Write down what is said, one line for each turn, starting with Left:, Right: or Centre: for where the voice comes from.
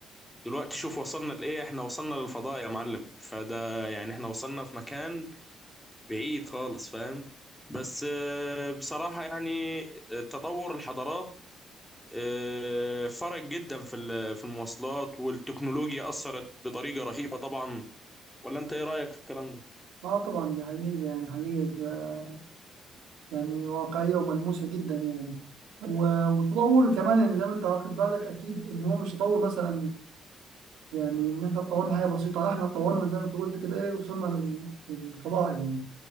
Centre: دلوقتي شوف وصلنا لإيه إحنا وصلنا للفضاء يا معلم فده يعني إحنا وصلنا في مكان بعيد خالص فاهم بس آه، بصراحة يعني آه، تطور الحضارات آه، فرق جدا في ال- في المواصلات والتكنولوجيا أثرت بطريقة رهيبة طبعا ولا أنت إيه رأيك في الكلام ده؟
Right: اه طبعا دي حقيقة يعني حقيقة ده يعني واقعية وملموسة جدا يعني و- وتطور كمان يعني زي ما انت واخد بالك اكيد ان هو مش تطور مثلا يعني ان احنا اتطورنا حاجة بسيطة لا احنا اتطورنا زي ما انت قلت كده ايه وصلنا لل- للقضاء يعني